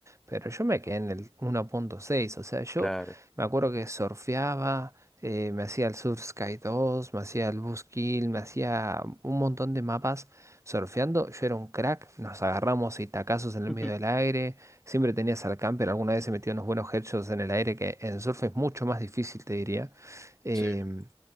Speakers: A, on the right; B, in the centre.
A: pero yo me quedé en el 1.6, o sea, yo
B: Claro.
A: me acuerdo que surfeaba, eh, me hacía el surf sky 2, me hacía el Boost Kill, me hacía un montón de mapas surfeando, yo era un crack, nos agarramos y tacazos en el
B: <laughs>
A: medio del aire, siempre tenías al camper, alguna vez se metió unos buenos headshots en el aire que en surf es mucho más difícil, te diría. em,
B: Sí,